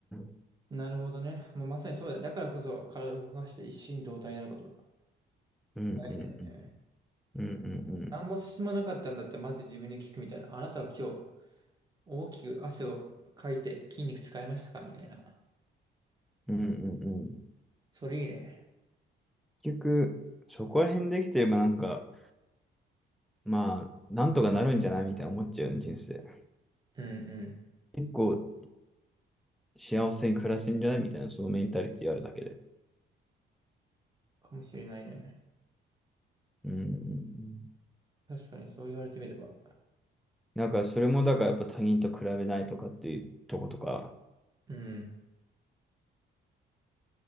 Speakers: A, in the centre; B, on the right.
A: ん。
B: なるほどね。もうまさにそうだよ。だからこそ体を動かして一心同体になること。
A: うんうんうん。
B: 大事だよね。
A: うんうんうん。
B: 何も進まなかったんだって、まず自分に聞くみたいな。あなたは今日、大きく汗をかいて筋肉使いましたかみたいな。
A: うんうんうん。
B: それいいね。
A: 結局、そこら辺できてればなんか、まあ、なんとかなるんじゃないみたいな思っちゃうよね、人生。
B: うんうん。
A: 結構幸せに暮らせんじゃないみたいな、そのメンタリティあるだけで。
B: かもしれないね。
A: うんうんうん。
B: 確かにそう言われてみれば。
A: だからそれもだからやっぱ他人と比べないとかっていうとことか、
B: うん。